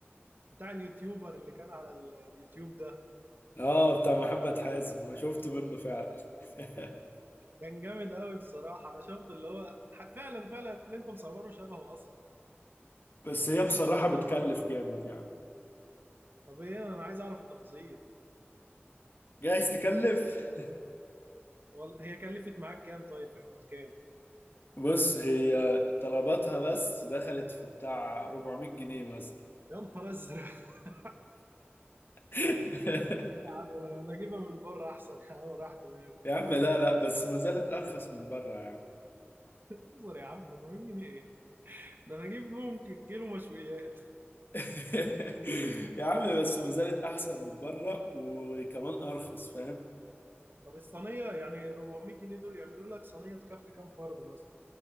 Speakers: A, on the right; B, on the left.
A: بتاع اليوتيوبر اللي كان على ال- اليوتيوب ده
B: اه بتاع محمد حازم ما شفت منه فعلا <laughs>
A: كان جامد قوي بصراحه انا شفت اللي هو ح- فعلا فعلا اللي انت مصوره شبهه اصلا
B: بس هي بصراحة بتكلف جامد يعني
A: طب ايه انا عايز اعرف التفاصيل
B: جايز تكلف
A: وال- هي كلفت معاك كام طيب في حدود كام
B: <laughs> بص هي طلباتها بس دخلت في بتاع 400 جنيه مثلا
A: يا نهار ازرق <laughs>
B: <laughs>
A: يا عم انا اجيبها من بره احسن يا عم راح دماغي
B: يا عم لا لا بس ما زالت ارخص من بره يا عم
A: انظر يا عم 400 جنيه ايه ده انا اجيب بيهم ك- كيلو مشويات
B: <laughs> يا عم بس ما زالت احسن من بره وكمان ارخص فاهم
A: طب الصينيه يعني 400 جنيه دول يعملوا لك صينيه تكفي كام فرد مثلا